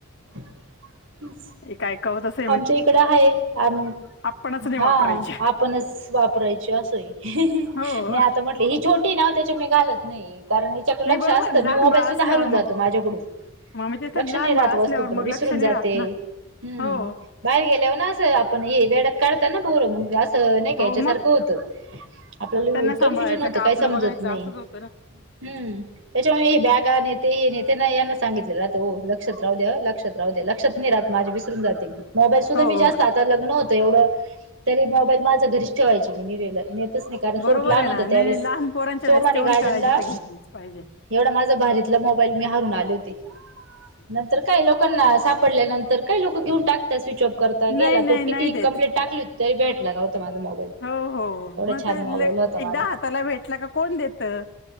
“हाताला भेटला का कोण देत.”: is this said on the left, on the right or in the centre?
Left